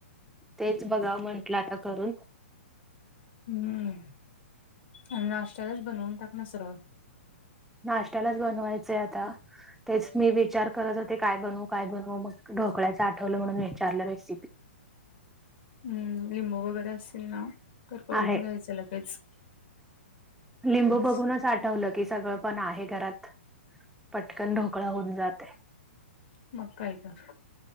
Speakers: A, in the centre; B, on the left.
A: तेच बघावं म्हंटलं आता करून
B: हम्म आणि नाष्ट्यालाच बनवून टाक नं सरल
A: नष्ट्यालाच बनवायचंय आता तेच मी विचार करत होते काय बनवू काय बन हो मग ढोकळ्याचं आठवलं म्हणून विचारलं रेसि
B: हम्म लिंब वगैरे असल ना तर करून
A: आहे
B: घ्यायचं लगेच.
A: लिंब
B: तेच
A: बघूनच आठवलं की सगळं पण आहे घरात. पटकन ढोकळा होऊन जाते.
B: मग काय तर